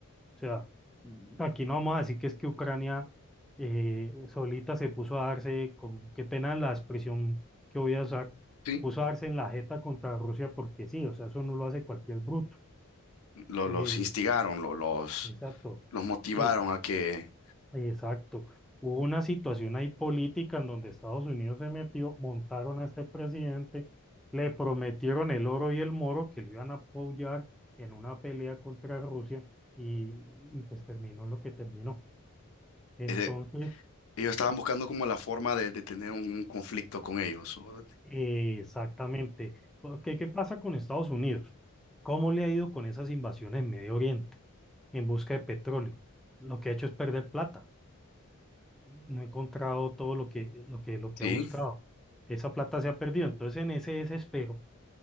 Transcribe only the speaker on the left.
Sí.
Lo-
los instigaron, lo- los,
los motivaron
a que...
eh, Ellos estaban buscando como la forma de, de tener un conflicto con ellos. o-
Sí,